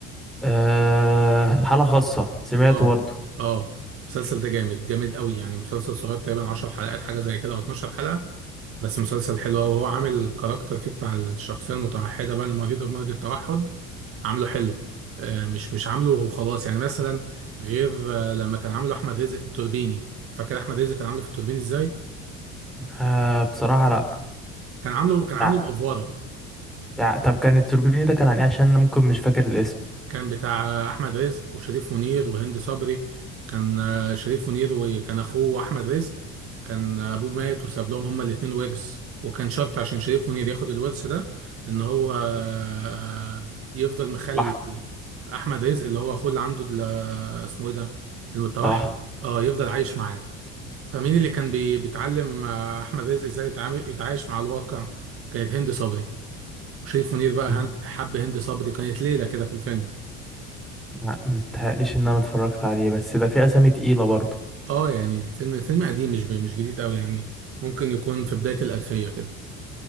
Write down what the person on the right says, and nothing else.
اه
اه المسلسل ده جامد جامد قوي يعني مسلسل صغير تقريبا 10 حلقات حاجة زي كده او 12 حلقة بس مسلسل حلو أوي وهو عامل الكاركتر فيه بتاع الشخصية المتوحدة بقى المريضة بمرض التوحد عامله حلو آه، مش مش عامله وخلاص يعني مثلا غير آه، لما كان عامله أحمد رزق في التوربيني فاكر أحمد رزق كان عامله في التوربيني إزاي؟
كان عامله كان عامله
بأفوارة
كان بتاع احمد رزق وشريف منير وهند صبري كان آه، شريف منير وكان اخوه احمد رزق كان ابوه مات وساب لهم هما الاتنين ورث وكان شرط عشان شريف منير ياخد الورث ده ان هو آه، يفضل مخلي
احمد رزق اللي هو اخوه اللي عنده ال- اسمه ايه ده المتوحد
اه يفضل عايش معاه فمين اللي كان بي- بيتعلم آه، احمد رزق ازاي يتعامل يتعايش مع الواقع كانت هند صبري وشريف منير بقى
هند حب هند صبري كانت ليلة كده في الفيلم
اه يعني الفيلم الفيلم قديم مش ب- مش جديد قوي يعني ممكن يكون في بداية الألفية كده